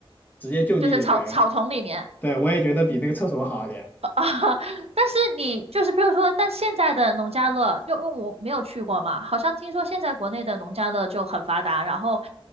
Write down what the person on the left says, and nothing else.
直接就地解决。
对，我也觉得比那个厕所好一点